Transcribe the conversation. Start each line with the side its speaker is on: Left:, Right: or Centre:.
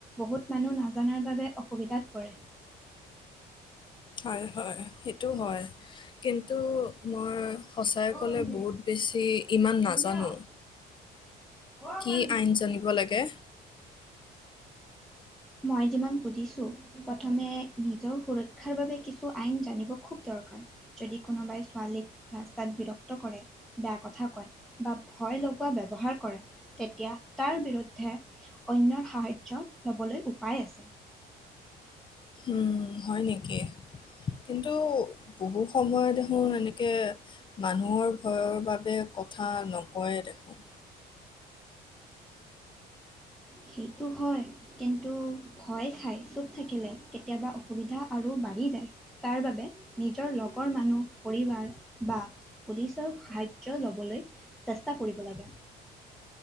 Centre: বহুত মানুহ নাজানাৰ বাবে অসুবিধাত পৰে।
Left: হয় হয় সেইটো হয় কিন্তু, মই সঁচাইে
Centre: অ
Left: ক'লে
Centre: পন্নী,
Left: বহুত বেছি ইমান
Centre: পন্নী
Left: নাজানো
Centre: অ, অ
Left: কি
Centre: পন্নী।
Left: আইন জানিব লাগে?
Centre: মই যিমান বুজিছো প্ৰথমে নিজৰ সুৰক্ষাৰ বাবে কিছু আইন জানিব খুব দৰকাৰ। যদি কোনোবাই ছোৱালীক ৰাস্তাত বিৰক্ত কৰে, বেয়া কথা কয় বা ভয় লগোৱা ব্যৱহাৰ কৰে তেতিয়া তাৰ বিৰুদ্ধে- অন্যৰ সাহায্য ল'বলৈ উপায় আছে।
Left: উম হয় নেকি কিন্তু বহু সময় দেখোন এনেকে মানুহৰ ভয়ৰ বাবে কথা নকয়ে দেখোন।
Centre: সেইটো হয় কিন্তু ভয় খাই, চুপ থাকিলে কেতিয়াবা অসুবিধা আৰু বাঢ়ি যায়। তাৰ বাবে নিজৰ লগৰ মানুহ পৰিবাৰ বা পুলিচৰ সাহাৰ্য ল'বলৈ চেষ্টা কৰিব লাগে।